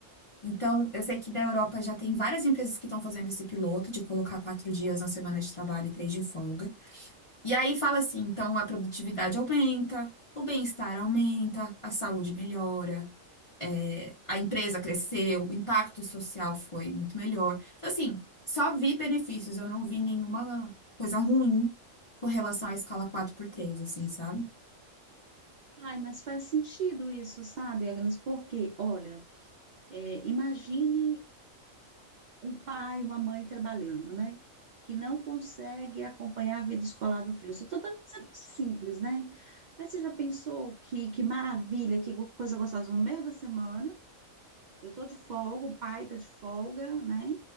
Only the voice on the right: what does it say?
Ai, mas faz sentido isso, sabe, Agnes? Porque, olha, é, imagine um pai, uma mãe trabalhando, né? Que não consegue acompanhar a vida escolar do filho. Isso eu estou simples, né? Mas você já pensou que, que maravilha, que go- coisa gostosa no meio da semana? Eu tô de folga, o pai tá de folga, né?